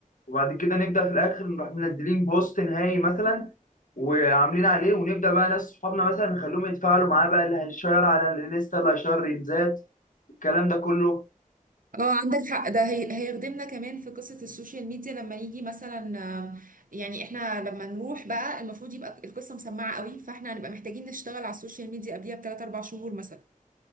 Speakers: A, on the left; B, on the right.
A: وبعد كده نبدا في الاخر نروح منزلين بوست نهائي مثلا وعاملين عليه ونبدا بقى ناس صحابنا مثلا نخليهم يتفاعلوا معاه بقى اللي هيشير على الانستا اللي هيشير ريلزات الكلام ده كله
B: اه عندك حق ده هي... هيخدمنا كمان في قصة السوشيال ميديا لما نيجي مثلا آه، يعني احنا لما نروح بقى المفروض يبقى القصة مسمعة قوي فاحنا هنبقى محتاجين نشتغل على السوشيال ميديا قبليها بثلاث اربع شهور مثلا